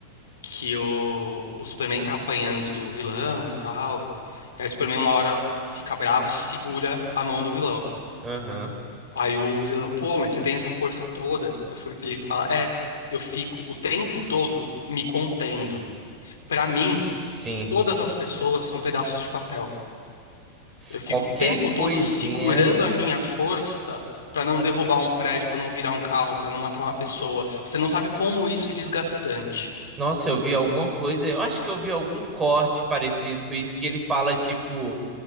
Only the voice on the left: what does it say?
Que o, o Superman tá apanhando do vilão e tal. E aí o Superman uma hora fica bravo e segura a mão do vilão.
Aí o vilão, pô, mas você tem essa força toda? Eu falei- ele fala, é, eu fico o tempo todo me contendo. Pra mim,
todas as pessoas são pedaços de papel.
Eu
fico o tempo
todo segurando a minha força pra não derrubar um prédio, pra não virar um carro, pra não matar uma pessoa. Você não sabe como isso é desgastante.